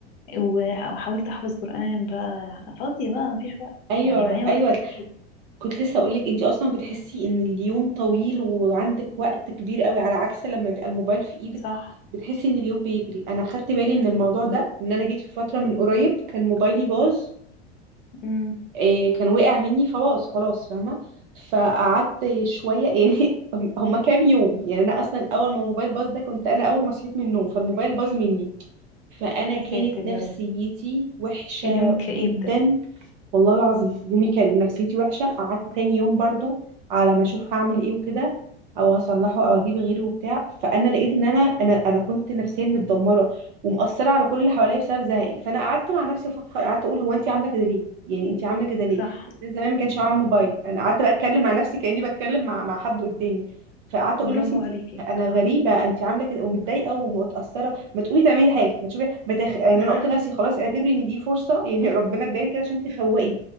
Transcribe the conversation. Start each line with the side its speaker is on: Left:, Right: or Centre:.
Left: وح- وحاولت أحفظ قرآن بقى فاضية بقى مفيش وقت
Right: ايوه
Left: يعني معايا وقت
Right: ايوه
Left: كتير
Right: كنت لسه اقول لك انت اصلا بتحسي ان اليوم طويل وعندك وقت كبير قوي على عكس لما بيبقى الموبايل في ايدك
Left: صح
Right: بتحسي ان اليوم بيجري انا خدت بالي من الموضوع ده ان انا جيت في فتره من قريب كان موبايلي باظ
Left: امم
Right: إيه كان وقع مني فباظ خلاص فاهمة فقعدت شوية <laughs> يعني هما كام يوم يعني أنا أصلا أول ما موبايل باظ ده كنت أنا أول ما صحيت من النوم فالموبايل باظ مني فانا
Left: يا
Right: كانت
Left: ساتر يا
Right: نفسيتي
Left: رب
Right: وحشه
Left: اليوم الكئيب
Right: جدا
Left: ده
Right: والله العظيم يومي كان نفسيتي وحشه قعدت تاني يوم برضو على ما اشوف هعمل ايه وكده او هصلحه او اجيب غيره وبتاع فانا لقيت ان انا انا انا كنت نفسيا متدمره ومأثره على كل اللي حواليا بسبب زهقي فانا قعدت مع نفسي افكر قعدت اقول هو انت عامله كده ليه يعني انت عامله كده ليه
Left: صح
Right: الناس زمان ما كانش معاهم موبايل انا قعدت بقى اتكلم مع نفسي كاني بتكلم مع مع حد قدامي فقعدت
Left: برافو
Right: اقول لنفسي
Left: عليكي
Right: انت
Left: صراحة
Right: انا غريبه انت عامله كده ومتضايقه ومتاثره ما تقومي تعملي حاجه ما تشوفي ما تخ... يعني
Left: <laughs>
Right: انا قلت لنفسي خلاص اعتبري ان دي فرصه يعني <laughs> ربنا ادالك كده عشان تفوقي